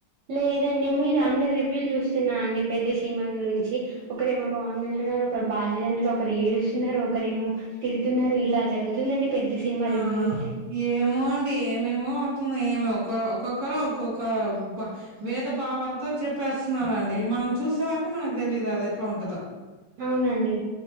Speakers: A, on the right; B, on the right.
A: లేదండి మీరు అందర్ రివ్యూలు చూస్తున్నా అండి పెద్ది సినిమా గురించి ఒకరేమో బాగుందంన్ ఒకరు బాగాలేదంటర్ ఒకరు ఏడుస్తున్నారు ఒకరేమో తిడుతున్నారు ఇలా జరుగుతుందండి పెద్ద సినిమా
B: ఆ
A: రివ్యూ అయితే
B: ఏమో అండి ఏమేమొ ఏ మ్ ఒక ఒక్కొక్కరు ఒక్కొక్క బ వేద భావాలతో చెప్పేస్తన్నారండి ఎమన్ మనం చూసే వరకి మనకు తెలీయదు అది ఎట్లా ఉంటదో
A: అవునండి